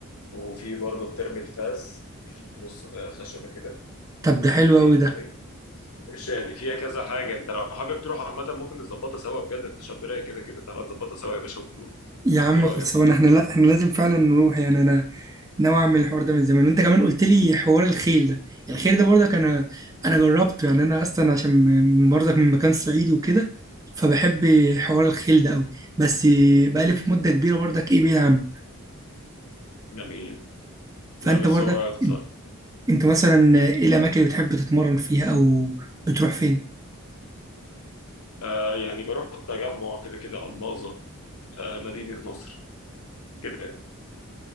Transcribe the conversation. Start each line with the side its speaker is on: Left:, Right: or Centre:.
Left: وفي برضه بترمي الفاس نص خشبة كده
Right: طب ده حلو
Left: تتقيم
Right: قوي ده
Left: عليه شادي فيها كذا حاجة انت لو حابب تروح عامة ممكن نظبطها سوا بجد انت شاب رايق كده كده تعالى نظبطها سوا يا باشا ونروح
Right: يا عم
Left: ايه رأيك؟
Right: خلصان احنا لا احنا لازم فعلا نروح يعني انا ناوي اعمل الحوار ده من زمان وانت كمان قلت لي حوار الخيل ده الخيل ده برضك انا انا جربته يعني انا اصلا عشان م- برضك من مكان صعيدي وكده فبحب
Left: مم.
Right: حوار الخيل ده قوي بس بقالي في مده كبيره برضك ايه بعيد عنه
Left: جميل
Right: فانت
Left: لا بس
Right: برضك
Left: هو بصراحة
Right: انت مثلا ايه الاماكن اللي بتحب تتمرن فيها او بتروح فين
Left: آه يعني بروح تجمع كده كده ألماظة آه مدينة نصر كده